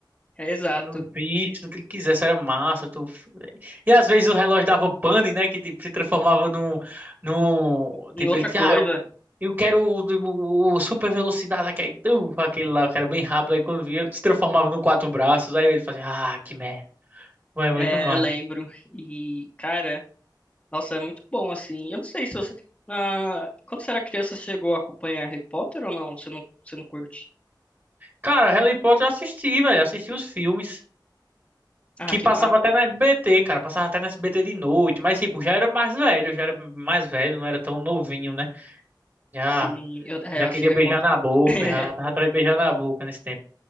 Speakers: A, on the left; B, on the right.
A: É, exato.
B: Nos bichos, no que ele quisesse, era massa. tu- E às vezes o relógio dava pane, né? Que tipo, se transformava num, num.
A: em
B: Tipo,
A: outra
B: ele.
A: coisa,
B: Ah, Eu quero o, o- o super velocidade, aquele, tu, aquele lá, eu quero bem rápido. Aí quando via, se transformava no quatro braços. Aí ele fazia, ah, que merda. Mas é muito
A: é,
B: massa.
A: eu lembro. E, cara, nossa, é muito bom, assim. Eu não sei se você. na- Quando você era criança, você chegou a acompanhar Harry Potter ou não? Você não, você não curte?
B: Cara, Harry Potter eu assisti, velho. Assisti os filmes.
A: Ah,
B: Que
A: que
B: passava
A: massa.
B: até na SBT, cara. Passava até na SBT de noite. Mas, tipo, já era mais velho. Já era mais velho, não era tão novinho, né? Já,
A: Sim, eu, é,
B: já
A: eu assisti
B: queria
A: Harry
B: beijar
A: Potter.
B: na boca.
A: <laughs>
B: Já tava atrás de beijar na boca nesse tempo.